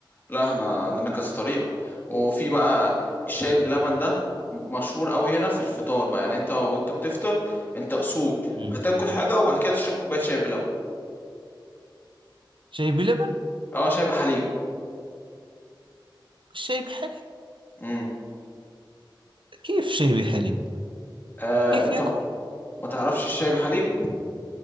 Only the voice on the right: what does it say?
مم.
شاي بلبن
شاي بحليب
كيف شاي بحليب
كيف
يكون